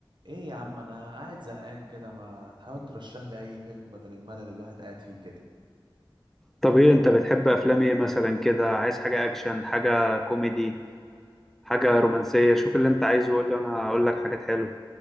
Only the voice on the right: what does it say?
ايه يا عم انا قاعد زهقان كده ما تحاول ترشح لي اي فيلم بدل الملل اللي الواحد قاعد فيه كده